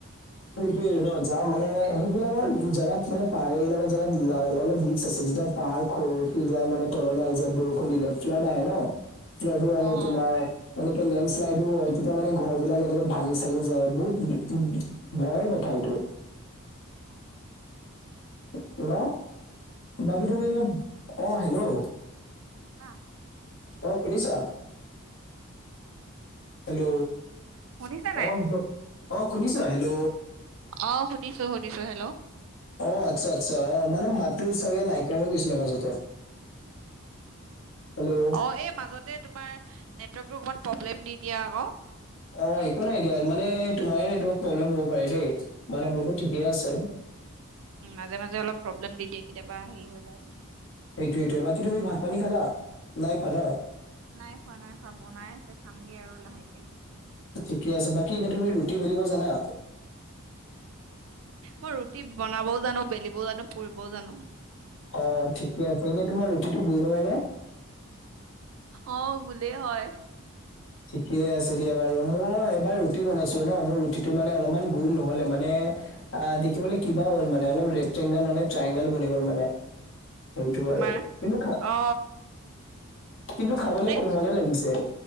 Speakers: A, on the left (about 65°); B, on the right (about 70°).
A: সেইটোৱে। যাওঁ মানে সেইবিলাকৰ জেগাত মানে পাহাৰ এইবিলাকৰ জেগাত অলপ ৰিস্ক আছে যেতিয়া পাহাৰ খহি যায় মানে তললৈ আহি যায় বৰষুণ দিলে ফ্লাড আহে ন, ফ্লাডো আহে
B: অ',
A: তোমাৰ এনেকে লেণ্ডশ্লাইডো হয় তেতিয়া মানে ঘৰ বিলাক এনেকে ভাঙি চাঙি যায় বহুত ভয় কথা এইটো।
B: ঘৰ বোৰ পকা ৰাস্তা
A: হেল্ল! ' বাকী তুমি এনে অ' হেল্ল'
B: <unintelligible>
A: অ' শুনিছা? হেল্ল'!
B: শুনিছা নাই
A: অঁ অঁ শুনিছা? হেল্ল'।
B: অ' শুনিছোঁ শুনিছোঁ। হেল্ল'।
A: অ' আচ্ছা আচ্ছা অ' মানে মাতো চাগে নাইকিয়া হৈ গৈছিলে মাজত হেল্ল'
B: অ' এই মাজতে তোমাৰ নেটৱৰ্কটো অকণমান প্ৰব্লেম দি দিয়ে আকৌ।
A: অ' একো নাই দিয়া মানে তোমাৰে নেটৱৰ্ক প্ৰব্লেম হ'ব পাৰে দেই, মানে মোৰ ঠিকে আছে।
B: উম মাজে মাজে অলপ প্ৰব্লেম দি দিয়ে কেতিয়াবা হেৰি হৈ যায় যে
A: এইটো এইটোৱে বাকী তুমি ভাত পানী খালা? নাই খোৱা ন?
B: নাই খোৱা নাই খোৱা বনাই আছে খামগে আৰু লাহেকে।
A: ঠিকে আছে বাকী এনে তুমি ৰুটি বেলিব জানা?
B: মই ৰুটি বনাবও জানো, বেলিবও জানো, পুৰিবও জানো।
A: অ' ঠিকে আছে, এনে তোমাৰ ৰুটিটো গোল হয় নে?
B: অ গোলেই হয়
A: ঠিকেই আছে দিয়া বাৰু মই এবাৰ ৰুটি বনাইছিলো ন মোৰ ৰুটিটো মানে অলপমান গোল নহলে মানে আহ দেখিবলৈ কিবা হ'ল মানে অলপ ৰেটংগল মানে ট্ৰায়ংগল বনি গ'ল মানে সেইটো
B: তোমাৰ
A: আৰু কিন্তু খা
B: অ
A: কিন্তু খাবলে
B: এই
A: কোমলে লাগিছে